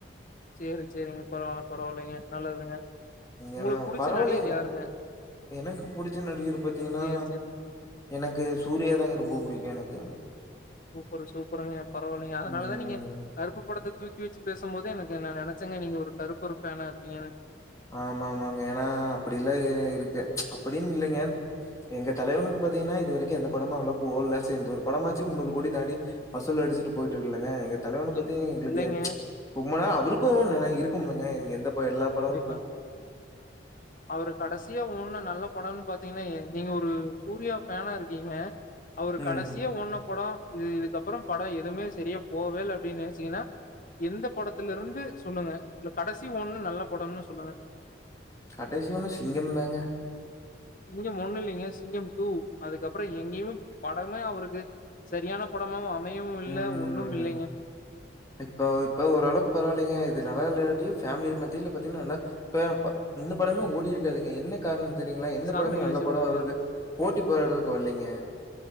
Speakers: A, on the left (about 45°); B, on the left (about 20°).
A: சேரி சேரிங்க பரவால்ல பரவால்லைங்க நல்லதுங்க உங்களுக்கு
B: ஏனா
A: புடிச்ச
B: பரவால்லைங்க
A: நடிகர் யாருங்க
B: எனக்கு புடிச்ச நடிகரு பாத்தீங்கன்னா
A: சேரி சேரிங்க
B: எனக்கு சூர்யா தாங்க ரொம்ப புடிக்கு எனக்கு
A: சூப்பரு சூப்பருங்க பரவால்லிங்க அதனாலதா
B: ம்
A: நீங்க கருப்பு படத்துக் தூக்கி வச்சு பேசும்போதே எனக்கு நா நெனைச்சேங்க நீங்க ஒரு கருப்பரு ஃபேனா இருப்பீங்கனு
B: ஆமா ஆமாங்க ஏனா அப்டிலாயே இருக்கு அப்டின் இல்லைங்க எங்க தலைவனுக்கு பாத்தீங்னா இது வரைக்கூ எந்த படமோ அவ்ளக்கு ஓட்ல சே இந்த ஒரு படமாச்சு முன்னூறு கோடி தாண்டி வசூல் அடிச் சிட்டு போயிட்டுருக்குலங்க எங்க தலைவன பத்தி
A: இல்
B: எங்களுக்கு
A: இல்லைங்க
B: எ ரொம்ப நாள் அவருக்கூ ந இருக்கும்லங்க எந்த ப எல்லா படம்
A: வன் அவரு கடைசியா ஒன்னு நல்லப் படன் பாத்தீங்னா எ நீங்க ஒரு சூர்யா ஃபேனா இருக்கீங்க அவரு
B: ம்
A: கடைசியா ஓட்ன படோ இது இதுக்கப்றோ படோ எதூமே செரியா போவேல்ல அப்டி நெனைச்சீங்னா எந்த படத்துலருந்து சொல்லுங்க இல்ல கடைசி ஓட்ன நல்ல படோன்னு சொல்லுங்க
B: கடைசி ஒன்னு சிங்கம்தாங்க
A: சிங்கம் ஒன்னுல்லிங்க சிங்கம் டூ அதுக்கப்றோ எங்கேயுமே படமே அவருக்கு செரியான படமாவூ அமையவூ இல்ல
B: ம்
A: ஒன்னுமில்லைங்க
B: இப்ப இப்ப ஓரளவுக்கு பரவால்லிங்க இது நல்லால்லியாட்டியு ஃபேம்லி மத்தியில பாத்தீங்னா நல்லா பேம்ப் இந்த படமே ஓடி இருக்காதுங்க என்ன கார்ணத் தெரியுங்ளா எந்த
A: சாமி
B: படமு நல்ல
A: வச்சு
B: படோ
A: ஓட்டிட்டாங்க.
B: அவருது போட்டி போட்றக் வர்ல்லிங்க